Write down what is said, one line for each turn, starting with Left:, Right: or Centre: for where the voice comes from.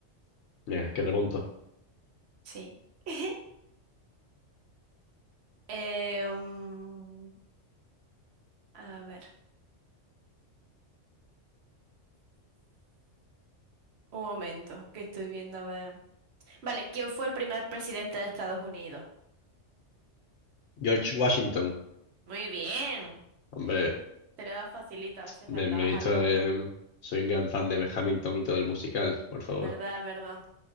Left: Mira, que remonto.
Right: Sí. <laughs> Eh, um, a ver. Un momento, que estoy viendo, a ver. Vale, ¿quién fue el primer presidente de Estados Unidos?
Left: George Washington,
Right: Muy bien.
Left: hombre,
Right: Te lo he dado facilita, a ver si acertabas
Left: me, me he visto,
Right: alguna.
Left: eh, soy un gran fan de Hamilton y todo el musical, por favor.
Right: Es verdad, es verdad.